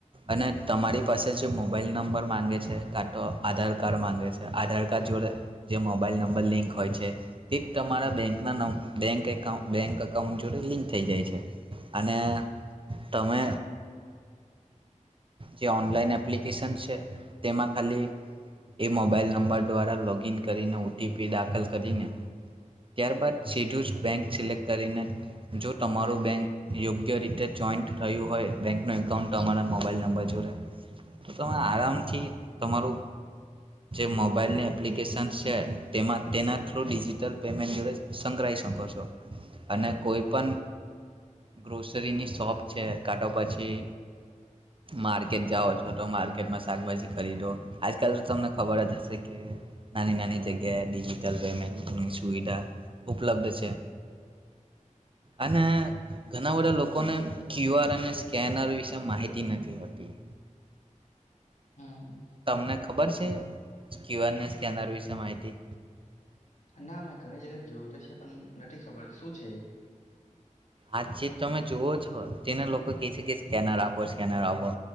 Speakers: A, on the right (about 40°); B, on the left (about 65°).
A: અને તમારી પાસે જે મોબાઈલ નંબર માંગે છે કા તો આધાર કાર્ડ માંગે છે આધાર કાર્ડ જોડે જે મોબાઈલ નંબર લિંક હોય છે. એક તમારા બેંક ના નામ બેંક અકાઉન્ટ બેંક અકાઉન્ટ જોડે લિંક થઈ જાય છે અને તમે જે ઓનલાઈન એપ્લિકેશન છે તેમાં ખાલી એ મોબાઈલ નંબર દ્વારા લોગ ઇન કરીને ઓટીપી દાખલ કરીને ત્યારબાદ સીધું જ બેંક સિલેક્ટ કરીને જો તમારો બેંક યોગ્ય રીતે જોઈન્ટ રહ્યું હોય બેંક ન એકાઉન્ટ તમારા મોબાઈઇલ નંબર જોડે તો તમે આરામથી તમારું જે મોબાઈલની એપ્લિકેશનસ છે. તેમાં તેના થ્રુ ડિજિટલ પેમેન્ટ જોડે સંગ્રળી શકો છો. અને કોઈ પણ ગ્રોસરીની શોપ છે કા તૌ પછી માર્કેટ જાઓ છો તો માર્કેટ કેમાં શાકભજી ખરીદો આજકાલ તો તમને ખબર જ હશે કે નાની નાની જગ્યાએ ડડીજીિટલ પેમેન્ટ સુવિધા ઉપલબ્ધ છે. અને ઘણા બધા લોકોને ક્યુઆર અને સ્કેનર પસા માહિત નથી હોતી.
B: હમ
A: તમને ખબર છે. ક્યુઆર ને સ્કેનર વિશે માહિત <inaudible>
B: ના મેં ઘણી જગ્યા જોયું તો છે પણ નથી ખબર શું છે.
A: આજ ચીત તમે જુવો છો તેને લોકો કે છે કે સ્કેનર આપો સ્કેનર આપો